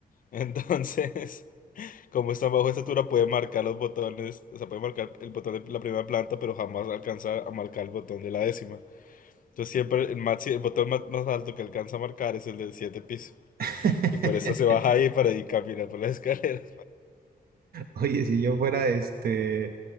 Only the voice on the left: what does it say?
Entonces, <laughs> como es tan bajo de estatura, puede marcar los botones, o sea, puede marcar el botón de la primera planta, pero jamás alcanza a marcar el botón de la décima. Entonces siempre el, maxi- el botón más, más alto que alcanza a marcar es el del siete piso.
Y por eso se baja ahí para ir caminar por las <laughs> escaleras.